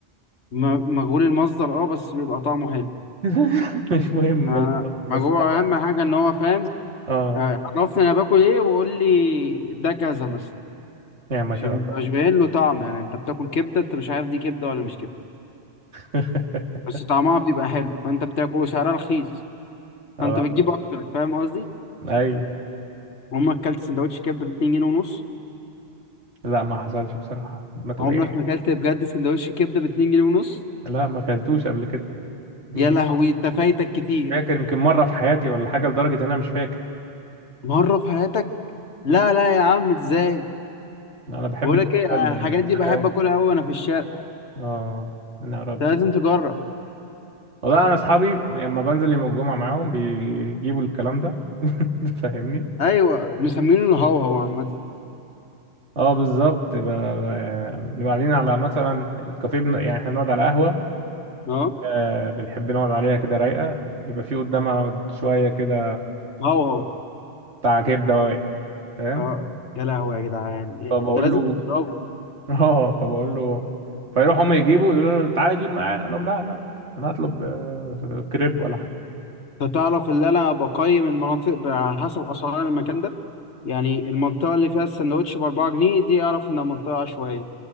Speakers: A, on the left; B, on the right.
A: م- مجهول المصدر اه بس بيبقى طعمه حلو
B: <laughs> مش مهم
A: آه
B: مجبور، بس
A: مجهول
B: طبعا
A: اهم حاجه ان هو فاهم
B: اه
A: آه، عرفني انا باكل ايه وقول لي ده كذا مثلا
B: يا ما
A: عشان
B: شاء
A: مبقاش
B: الله
A: باين له طعم يعني انت بتاكل كبده انت مش عارف دي كبده ولا مش كبده
B: <laughs>
A: بس طعمها بيبقى حلو فانت بتاكل وسعرها رخيص
B: اه
A: فانت بتجيب اكتر فاهم قصدي؟
B: ايوه
A: عمرك اكلت سندوتش كبده ب 2 جنيه ونص
B: لا ما حصلش بصراحه ما تقول
A: عمرك ما اكلت بجد سندوتش كبده ب 2 جنيه ونص
B: لا ما اكلتوش قبل كده يمكن
A: يا لهوي انت فايتك كتير
B: فاكر يمكن مرة في حياتي ولا حاجة لدرجة إن أنا مش فاكر
A: مره في حياتك لا لا يا عم ازاي
B: أنا بحب
A: بقولك
B: الكبدة
A: ايه أنا الحاجات
B: الشرقاوي
A: دي بحب اكلها قوي وانا في الشارع
B: آه يا
A: انت
B: ربي
A: لازم تجرب
B: والله أنا أصحابي لما بنزل يوم الجمعة معاهم بيجيبوا الكلام ده <laughs> فاهمني
A: ايوه مسمينه الهوهو عامه
B: اه بالظبط ب- ب- بنبقى قاعدين على مثلا الكافيه بن... يعني احنا بنقعد على قهوة
A: اه
B: آه بنحب نقعد عليها كده رايقة بيبقى في قدامها شوية كده
A: هوهو
B: بتاع كبدة واقع فاهم
A: اه يا لهوي يا جدعان يا-
B: فبقول
A: انت لازم
B: له
A: تجربه
B: <laughs> اه فبقول له فيروح هم يجيبوا يقولوا له تعالى جيب معانا اقول لهم لا لا لا انا هطلب آه، كريب ولا حاجه
A: انت تعرف ان انا بقيم المناطق على حسب اسعار المكان ده يعني المنطقه اللي فيها السندوتش ب 4 جنيه دي اعرف انها منطقه عشوائيه